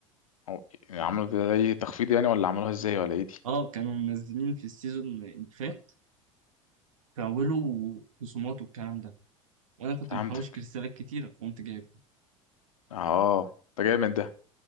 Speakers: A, on the left; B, on the right.
A: هو يعني عملوا زي تخفيض يعني ولا عملوها ازاي ولا ايه دي
B: اه كانوا منزلين في السيزون اللي فات كاولوا خصومات والكلام ده وانا كنت
A: فهمتك
B: محوش كريستالات كتيره فقمت جايبها
A: اه ده جامد ده